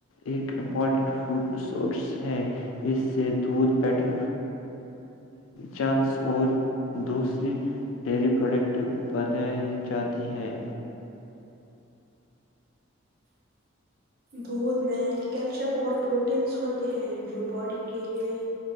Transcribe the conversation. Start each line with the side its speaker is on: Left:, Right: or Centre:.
Left: ایک امپورٹنٹ فوڈ سورس ہے اس سے دودھ بیٹر چانس اور دوسری ڈیری پروڈکٹ بنائی جاتی ہے
Right: دودھ میں کیلشیم اور پروٹینس ہوتے ہیں جو باڈی کے لیے